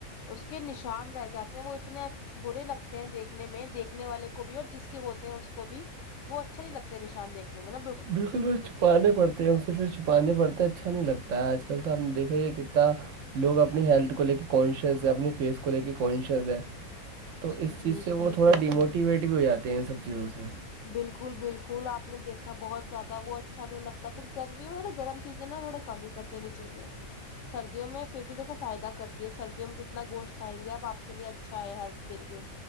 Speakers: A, on the left; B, on the right.
A: اس کے نشان رہ جاتے ہیں وہ اتنے برے لگتے ہیں دیکھنے میں دیکھنے والے کو بھی اور جس کے ہوتے ہیں اس کو بھی وہ اچھا نہیں لگتاتے نشان دیکنے میں ن
B: بالکل چھپانے پڑتے ہیں ان سے پھر چھپانے پڑتے ہیں اچھا نہیں لگتا ہے آج کل تو آ نے دیکھا یہ کتنا لوگ اپنی ہیلتھ کو لے کے کانشیئس ہے اپنی فیس کو لے کے کانشیئس ہے تو اس
A: جی
B: چیز سے
A: جی
B: وہ تھوڑا
A: بالکل
B: ڈیموٹیویٹ بھی ہو جاتے ہیں ان سب چیزوں سے
A: بالکل بالکل آپ نے دیکھا بہت زیادہ وہ اچھا بھی لگتا پھر گرمی میں نا گرم چیزیں نا تھوڑا کم ہی کر دینی چاہیے سردیوں میں پھر بھی دیکھو فائدہ کر یہ سردیوں میں جتنا گوشت کھیں گے آپ آپ کے لیے اچھا ہے ہیلتھ کے لیے